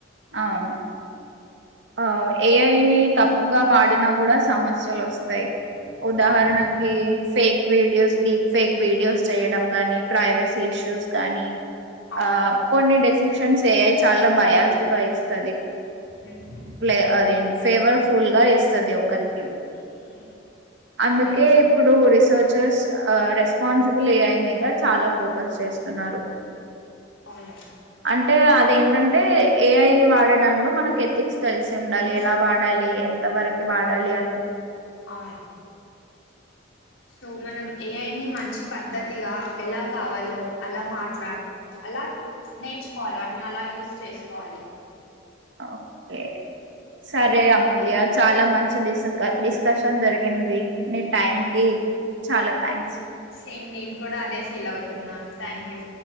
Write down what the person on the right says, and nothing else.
అవును ఆ ఏఐని తప్పుగా వాడినా కూడా సమస్యలు వస్తాయి ఉదాహరణకి
fake videos deep fake videos చేయడం గానీ ప్రైవసీ ఇష్యూస్ గానీ
ఆ కొన్ని డెసిషన్స్ వయి చాలా బయాస్ట్ గా ఇస్తుది
్లే అదే ఫ్లేవర్ ఫుల్ గా ఇస్తుది ఒకరికి
అందుకే
ఇప్పుడు రిసోట్ చర్స్ రెస్పాన్సిబుల్ ఏఐ మీద చాలా ఫోకస్ చేస్తున్నారు
అంటే అదేంటంటే ఏఐ ని వాడడంలో క్ తెలిసి
ఉండాలి
ఎలా వాడాలి ఎంత వరకు వాడాలి అని
ఓకే సరే అమూల్య చాలా మంచి స్స్ అకాష్టం జరిగింది నీ టైం కి చాలా థ్యాంక్స్